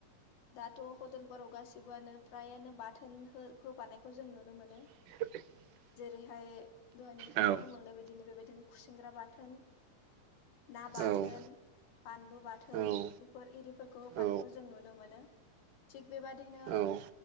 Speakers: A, on the left; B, on the right.
A: दाथ' हटेलफोराव गासिबोआनो फ्रायानो बाथोन हो होफानायखौ जों नुनो मोनो।
B: <inaudible>
A: जेरैहाय दहाय नोंथाङा
B: औ
A: बुंलांनाय बायदिनो बेबायदिनो खुसेंग्रा बाथोन ना बाथोन
B: औ
A: बानलु बाथोन
B: औ
A: बेफोर एरिफोरखौ होफानायखौ
B: औ
A: जों नुनो मोनो थिग बेबादि बिदिनो
B: औ औ